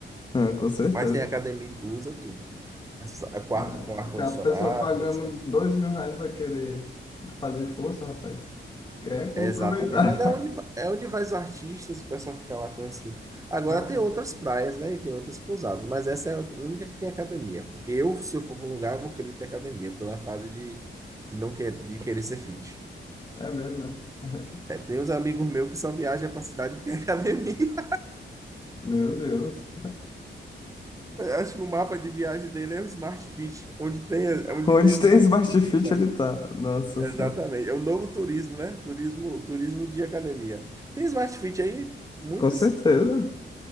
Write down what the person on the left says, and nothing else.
Ah, com certeza.
É,
a pessoa pagando
dois mil reais vai querer fazer força, rapaz. Quer
aproveitar.
<laughs> Nossa.
É mesmo? <laughs>
Meu Deus.
Onde
tem Smart
Fit
ele tá? Nossa
Senhora.
Com certeza.